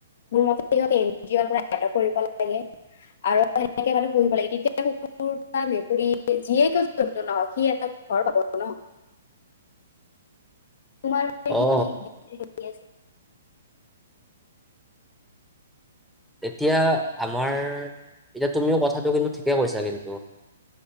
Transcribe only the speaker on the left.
মোৰ মতে সিহঁতে এন জি অৰ পৰা এডপ্ট কৰিব লাগে। আৰু সেনেকে মানে পুহিব লাগে তেতিয়া আৰু কুকুৰ কুকুৰ বা মেকুৰী যিয়ে কি জন্তু নহওক সি এটা ঘৰ পাব ন। তোমাৰ কি
কি হেৰি আছে,